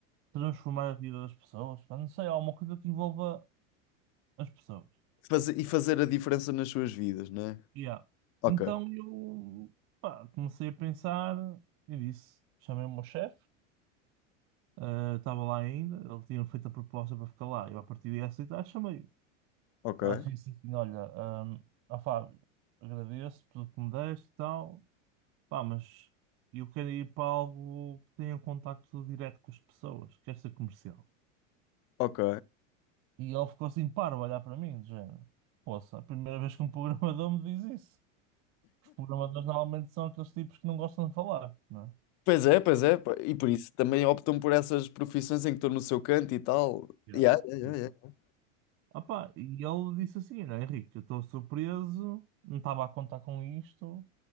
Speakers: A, on the right; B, on the left.
A: transformar a vida das pessoas, pá, não sei, alguma coisa que envolva as pessoas.
B: Fazer- e fazer a diferença nas suas vidas, não é?
A: Yeah.
B: Ok.
A: Então eu, pá, comecei a pensar e disse, chamei o meu chefe, eh, estava lá ainda, ele tinha feito a proposta para ficar lá, eu a partir de aceitar, chamei-o.
B: Ok.
A: Ah, disse assim, olha, ah Fábio, agradeço tudo que me deste e tal. Pá, mas eu quero ir para algo que tenha um contacto direto com as pessoas, quero ser comercial.
B: Ok.
A: E ele ficou assim parvo a olhar para mim, de género. Poça, a primeira vez que um programador me diz isso. Os programadores normalmente são aqueles tipos que não gostam de falar, não é?
B: Pois é, pois é, pá, e por isso também optam por essas profissões em que estão no seu canto e tal.
A: Yeah.
B: Yeah, yeah,
A: Yeah.
B: yeah, yeah.
A: Ah pá, e ele disse assim, olha, Henrique, eu estou surpreso, não estava a contar com isto,